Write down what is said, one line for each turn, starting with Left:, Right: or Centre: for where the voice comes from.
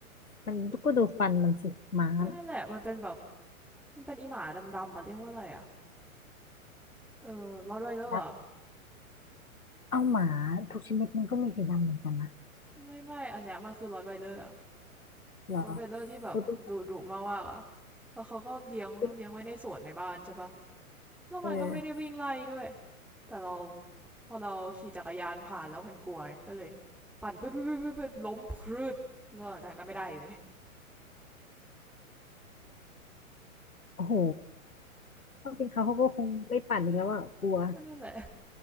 Left: มันก็ดูฟันมันสิหมาน่ะ
Centre: ก็นั่นแหละมันเป็นแบบมันเป็นอีหมาดำๆมันเรียกว่าอะไรอะเออรอดไวเลอร์อะ
Left: นักเอาหมาทุกชนิดมันก็มีสีดำเหมือนกันนะ
Centre: ไม่ไม่อันเนี้ยมันคือรอดไวเลอร์
Left: เหรอ
Centre: รอดไวเลอร์ที่แบบดุดุมากมากอ่ะ
Left: เออเป็น
Centre: แล้วเขาก็เลี้ยงเลี้ยงไว้ในสวนในบ้านใช่ปะ
Left: เป็น
Centre: แล้วมันก็ไม่ได้วิ่งไล่ด้วย
Left: เออ
Centre: แต่เราพอเราขี่จักรยานผ่านแล้วมันกลัวก็เลยปั่นปึ๊ดปึ๊ดปึ๊ด๊ดล้มพรืดแล้วหลังจากนั้นก็ไม่ได้เลย
Left: โอ้โหถ้าเป็นเขาเขาก็คงไม่ปั่นอีกแล้วอ่ะกลัว
Centre: ก็นั่นแหละ